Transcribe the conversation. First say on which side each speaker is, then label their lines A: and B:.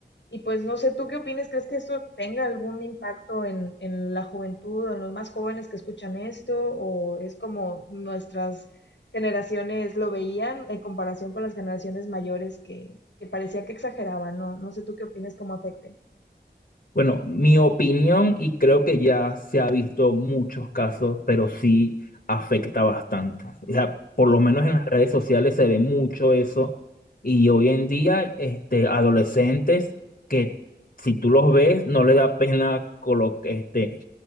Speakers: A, on the left; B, on the left.
A: y pues no sé, ¿tú qué opinas? ¿Crees que esto tenga algún impacto en, en la juventud en los más jóvenes que escuchan esto? ¿O es como nuestras generaciones lo veían en comparación con las generaciones mayores que, que parecía que exageraban? No, no sé, ¿tú qué opinas? ¿Cómo afecte?
B: Bueno, mi opinión, y creo que ya se ha visto muchos casos, pero sí afecta bastante. O sea, por lo
A: Mm.
B: menos en las redes sociales se ve mucho eso. Y hoy en día, este, adolescentes que si tú los ves, no le da pena colo- este,